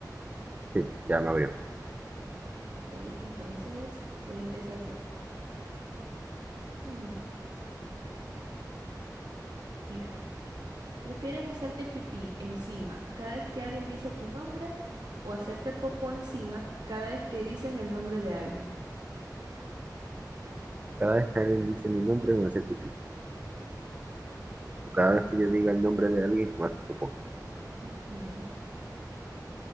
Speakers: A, on the right; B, on the right.
A: Sí, ya me abrió.
B: Ok, entonces voy a empezar yo. <clears throat> Mira, ¿prefieres hacerte pipí encima cada vez que alguien dice tu nombre o hacerte popó encima cada vez que dices el nombre de alguien?
A: Cada vez que alguien dice mi nombre me va a hacer pipí. O cada
B: ¿Qué ¿Prefieres?
A: vez que yo diga el nombre de alguien me va a hacer popó.
B: Ujú,